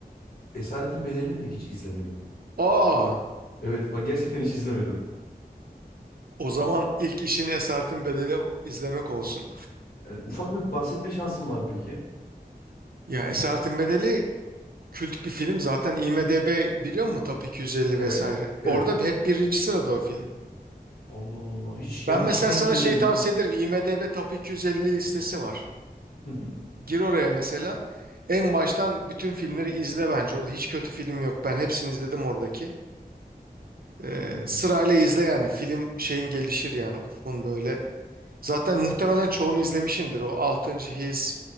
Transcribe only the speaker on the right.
Aa,
o zaman ilk işin Esaretin Bedeli izlemek olsun.
Ya Esaretin Bedeli kült bir film zaten IMDb biliyor musun Top 250
vesaire.
Orada hep birinci sırada o film.
Ben
mesela
sana
şey tavsiye
ederim. IMDb Top 250 listesi var.
Gir oraya mesela. En baştan bütün filmleri izle bence. Orada hiç kötü film yok. Ben hepsini izledim oradaki. Ee,
sırayla izle yani. Film şeyin gelişir yani. Ufkun böyle Zaten muhtemelen çoğunu izlemişindir. O altıncı His,